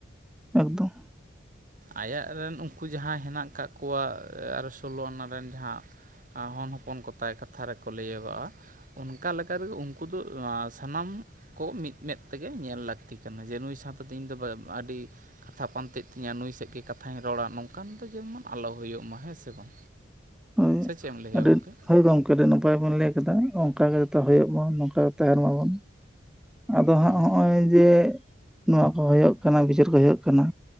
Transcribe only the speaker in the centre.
ᱮᱠᱫᱚᱢ
ᱦᱳᱭ
ᱟᱹᱰᱤ
ᱦᱳᱭ ᱜᱚᱝᱠᱮ ᱫᱚ ᱱᱟᱯᱟᱭ ᱵᱚᱱ ᱞᱟᱹᱭ ᱟᱠᱟᱫᱟ ᱚᱱᱠᱟ ᱜᱮ ᱡᱚᱛᱚ ᱦᱩᱭᱩᱜ ᱢᱟ ᱱᱚᱝᱠᱟ ᱛᱟᱦᱮᱱ ᱢᱟᱵᱚᱱ ᱟᱫᱚ ᱦᱟᱸᱜ
ᱦᱚᱸᱜᱼᱚᱭ ᱡᱮ ᱱᱚᱣᱟ ᱠᱚ ᱦᱚᱭᱚᱜ ᱠᱟᱱᱟ ᱵᱤᱪᱟᱹᱨ ᱠᱚ ᱦᱩᱭᱩᱜ ᱠᱟᱱᱟ